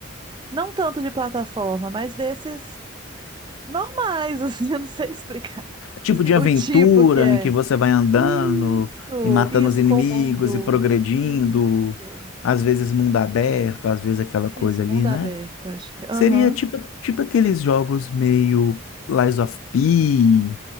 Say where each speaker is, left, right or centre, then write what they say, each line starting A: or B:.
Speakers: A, on the right; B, on the left.
A: Não tanto de plataforma, mas desses normais, <laughs> assim, eu não sei explicar
B: tipo de aventura
A: o tipo que é.
B: em que você vai andando
A: Isso,
B: e matando
A: isso,
B: os inimigos
A: com o mundo.
B: e progredindo,
A: Isso,
B: às vezes mundo aberto, às vezes aquela coisa
A: isso,
B: ali,
A: mundo
B: né?
A: aberto, acho que.
B: Seria
A: Aham.
B: tipo, tipo aqueles jogos meio Lies of P,